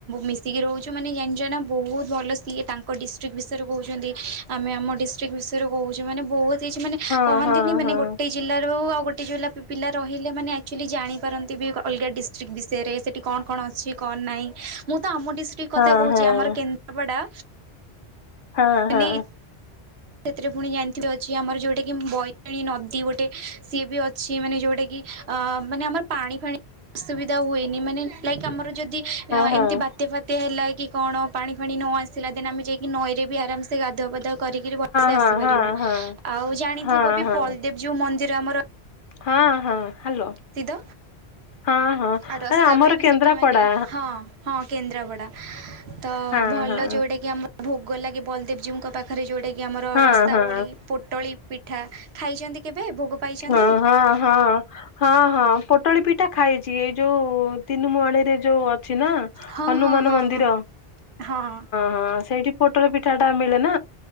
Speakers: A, on the right (about 75°); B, on the left (about 55°).
A: ମିଶିକି ରହୁଛୁ। ମାନେ ଜାଣିଛନା ବହୁତ ଭଲ ସିଏ ତାଙ୍କ ଡିଷ୍ଟ୍ରିକ୍ଟ ବିଷୟରେ କହୁଛନ୍ତି ଆମେ ଆମ ଡିସ୍ ଷ୍ଟ୍ରିକ୍ଟ ବିଷୟରେ କହୁଛି ମାନେ ବହୁତ କିଛି ମାନେ
B: ହଁ
A: କହନ୍ତିନି
B: ହଁ
A: ମାନେ
B: ହଁ।
A: ଗୋଟେ ଜିଲ୍ଲାରୁ ଆଉ ଗୋଟେ ଯୋଉଲା ପି ପିଲା ରହିଲେ ମାନେ ଆକ୍ଚୁଆଲି ଜାଣିପାରନ୍ତି ବି ଅଲଗା ଡିଷ୍ ଷ୍ଟ୍ରିକ୍ଟ୍ ବିଷୟରେ ସେଠି କଣ କଣ ଅଛି? କଣ ନାଇ ମୁଁ ତ ଆମ ଡିଷ୍ଟ୍ରିକ କଥା
B: ହଁ
A: କହୁଛି
B: ହଁ
A: ଆମର କେନ୍ଦ୍ରାପଡ଼ା
B: ହଁ
A: ମାନେ
B: ହଁ।
A: ସେଥିରେ ପୁଣି ଜାଣିଥିବେ ଅଛି ଆମର ଯଉଟା କିି ବୈତରଣୀ ନଦୀ ଗୋଟେ ସିଏ ବି ଅଛି ମାନେ ଯଉଟା କିି ଆ ମାନେ ଆମର ପାଣି ଫାଣି ଅସୁବିଧା ହୁଏନି ମାନେ ଲାଇକ୍ ଆମର ଯଦି
B: ହଁ ହଁ
A: ଏମିତି ବାତ୍ୟା ଫାତ୍ୟା ହେଲା କି କଣ, ପାଣି ଫାଣି ନ ଆସିଲା ଦେନ୍ ଆମେ ଯାଇ କି ନଈରେ ବି ଆରାମ୍ ସେ ଗାଧୁଆପାଧୁଆ କରି ସେ ଆସିପାରିବୁ
B: ହଁ ହଁ ହଁ ହଁ।
A: ଆଉ ଜାଣିଥିବ
B: ହଁ
A: ବି
B: ହଁ
A: ବଲଦେଵ୍ ଯୋଉ ମନ୍ଦିର ଆମର
B: ହଁ ହଁ ହାଲୋ।
A: ସିଦ
B: ହଁ ହଁ
A: ଆଉ ରସାବଳି
B: ଆରେ ଆମର
A: ବି
B: କେନ୍ଦ୍ରାପଡା
A: ସେଠି ମାନେ ହଁ ହଁ କେନ୍ଦ୍ରାପଡ଼ା। ତ
B: ହଁ
A: ଭଲ
B: ହଁ
A: ଯୋଉଟା କିି ଆମ ଭୋଗଲାଗେ ବଲଦେଵଜୀଉଙ୍କ ପାଖରେ ଯଉଟାକି ଆମର
B: ହଁ
A: ରସାବଳୀ।
B: ହଁ
A: ପୋଟଳି ପିଠା ଖାଇଛନ୍ତି କେବେ ଭୋଗ ପାଇଛନ୍ତି?
B: ହଁ ହଁ ହଁ। ହଁ ହଁ ପୋଟଳି ପିଠା ଖାଇଛି ଏଇ ଯୋଉ ତିନି ମୁହାଣୀରେ ଯୋଉ ଅଛି ନା?
A: ହଁ
B: ହନୁମାନ
A: ହଁ ହଁ
B: ମନ୍ଦିର।
A: ହଁ ହଁ।
B: ହଁ ସେଇଠି ପୋଟଳ ପିଠାଟା ମିଳେ ନା